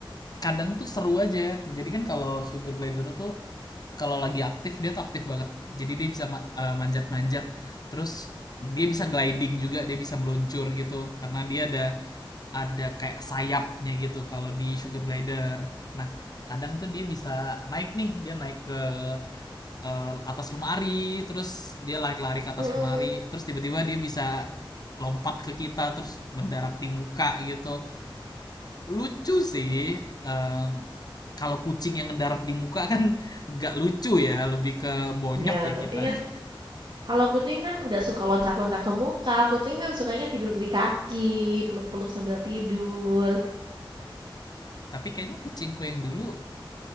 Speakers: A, on the left; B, on the right.
A: kadang tuh seru aja jadi kan kalau sugar glider tuh kalau lagi aktif dia tuh aktif banget jadi dia bisa ma- eh, manjat-manjat terus dia bisa gliding juga dia bisa meluncur gitu karena dia ada ada kayak sayapnya gitu kalau di sugar glider nah kadang tuh dia bisa naik nih dia naik ke eh, atas lemari, terus dia lari-lari ke atas
B: Mm-mm.
A: lemari, terus tiba-tiba dia bisa lompat ke kita, terus mendarat di muka gitu. Lucu sih. em, kalau kucing yang mendarat di muka kan <laughs> nggak lucu ya, lebih ke bonyok
B: Ya,
A: ya
B: tapi
A: kita.
B: kan
A: <laughs>
B: kalau kucing kan nggak suka loncat-loncat ke muka, kucing kan sukanya tidur di kaki, peluk-peluk sambil tidur.
A: Tapi kayaknya kucingku yang dulu